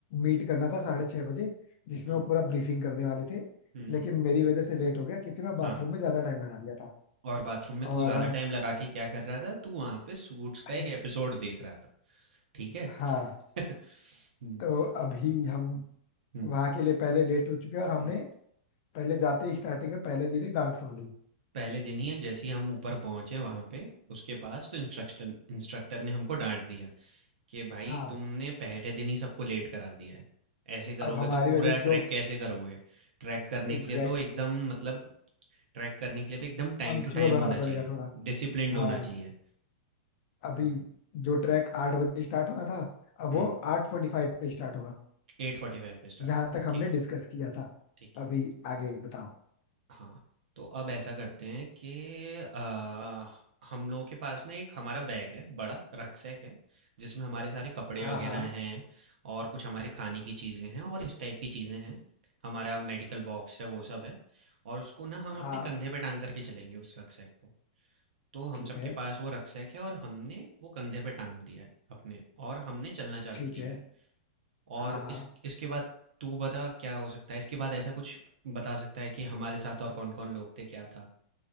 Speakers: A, on the left; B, on the right.
A: मीट करना था साढ़े छह बजे जिसमें
B: हुँ,
A: वो पूरा ब्रीफिंग करने वाले थे
B: हुँ,
A: लेकिन मेरी वजह से लेट हो गया क्योंकि मैं बाथरूम
B: हाँ।
A: में ज्यादा टाइम लगा दिया था
B: और बाथरूम में
A: और
B: तू ज्यादा
A: हम
B: टाइम लगा के क्या कर रहा था तू वहां पे सूट्स
A: <laughs>
B: का एक एपिसोड देख रहा था ठीक है
A: हाँ
B: <laughs> हम्म
A: तो अभी हम
B: हम्म
A: वहां के लिए पहले लेट हो चुके हैं और हमने
B: हम्म।
A: पहले जाते ही स्टार्टिंग में पहले दिन ही डांट सुन ली
B: पहले दिन ही है जैसे ही हम ऊपर पहुंचे वहां पे उसके पास तो इंस्ट्रक्टर इंस्ट्रक्टर ने हमको डांट दिया कि भाई
A: हाँ
B: तुमने पहले दिन ही सबको लेट करा दिया है ऐसे करोगे
A: अब हमारी
B: तो पूरा
A: वजह से
B: ट्रैक
A: जो
B: कैसे करोगे ट्रैक करने
A: एग्जैक्टली
B: के लिए तो एकदम
A: exactly,
B: मतलब ट्रैक करने के लिए तो एकदम टाइम
A: पंक्चुअल
B: टू टाइम
A: होना
B: होना
A: पड़ेगा
B: चाहिए
A: थोड़ा
B: डिसिप्लिन्ड होना
A: हाँ
B: चाहिए
A: अभी
B: हम्म
A: जो ट्रैक आठ बजे स्टार्ट होना था अब
B: हम्म
A: वो आठ फोर्टी फाइव पे स्टार्ट होगा
B: एट फोर्टी फाइव पे स्टार्ट
A: यहाँ
B: होगा
A: तक हमने
B: ठीक है
A: डिस्कस किया था
B: ठीक है
A: अभी आगे बताओ
B: हाँ, तो अब ऐसा करते हैं कि अ, हम लोगों के पास ना एक हमारा बैग है, बड़ा रक्सैक है, जिसमें हमारे सारे कपड़े
A: हाँ
B: वगैरह
A: हाँ
B: हैं और कुछ हमारे खाने की चीज़ें हैं और इस टाइप की चीज़ें हैं। हमारा मेडिकल बॉक्स है, वो सब है और उसको ना हम
A: हाँ
B: अपने कंधे पे टाँग करके चलेंगे उस रक्सैक को। तो हम
A: ठीक
B: सबके
A: है
B: पास वो रक्सैक है और हमने वो कंधे पे टाँग दिया है अपने और हमने चलना चालू
A: ठीक
B: किया
A: है
B: है।
A: हाँ
B: और
A: हाँ
B: इस इसके बाद तू बता क्या हो सकता है? इसके बाद ऐसा कुछ बता सकता है कि हमारे साथ और कौन-कौन लोग थे, क्या था?